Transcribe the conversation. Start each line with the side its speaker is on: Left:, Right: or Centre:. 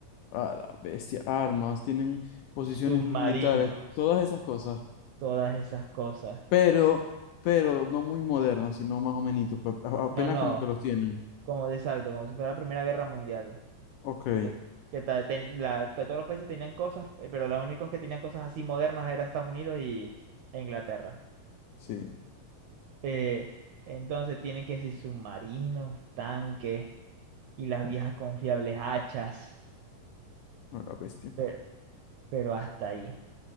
Left: a la bestia, armas, tienen posiciones
Right: submarinos,
Left: militares, todas esas cosas,
Right: todas esas cosas.
Left: pero, pero no muy modernas, sino más o menos, apenas
Right: No, no.
Left: como que los tienen.
Right: Como de- exacto, como si fuera la Primera Guerra Mundial.
Left: Ok,
Right: Que, que ta- ten- la- que todos los países tenían cosas, eh, pero los únicos que tenían cosas así modernas eran Estados Unidos y, e Inglaterra.
Left: sí,
Right: Eh, entonces tienen que decir submarinos, tanques y las viejas confiables hachas,
Left: a la bestia.
Right: pero, pero hasta ahí.